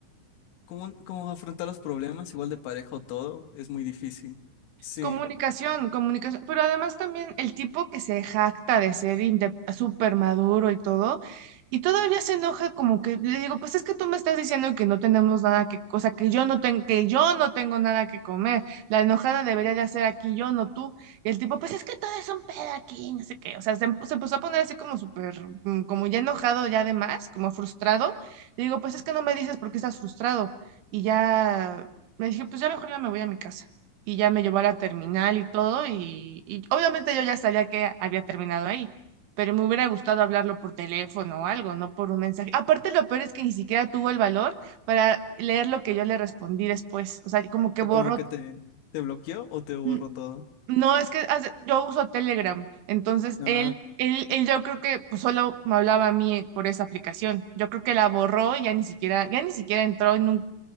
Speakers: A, on the left; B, on the right.
A: ¿Cómo, cómo afrontar los problemas, igual de pareja o todo? Es muy difícil. Sí.
B: Comunicación, comunicación, pero además también el tipo que se jacta de ser inde- súper maduro y todo, y todavía se enoja como que le digo, pues es que tú me estás diciendo que no tenemos nada que, o sea, que yo no ten- que yo no tengo nada que comer, la enojada debería de hacer aquí yo, no tú, y el tipo, pues es que todo es un pedo aquí, no sé qué, o sea, se, em- se empezó a poner así como súper, mm, como ya enojado ya además, como frustrado, le digo, pues es que no me dices por qué estás frustrado, y ya me dije, pues ya mejor ya me voy a mi casa y ya me llevó a la terminal y todo, y, y obviamente yo ya sabía que había terminado ahí, pero me hubiera gustado hablarlo por teléfono o algo, no por un mensaje. Aparte, lo peor es que ni siquiera tuvo el valor para leer lo que yo le respondí después, o sea, como
A: O
B: que
A: sea,
B: borró.
A: como que te, te bloqueó o te borró
B: mm,
A: todo.
B: no, es que hace- yo uso Telegram, entonces
A: Ah,
B: él, él, él yo creo que pues, solo me hablaba a mí eh, por esa aplicación. Yo creo que la borró y ya ni siquiera, ya ni siquiera entró en un...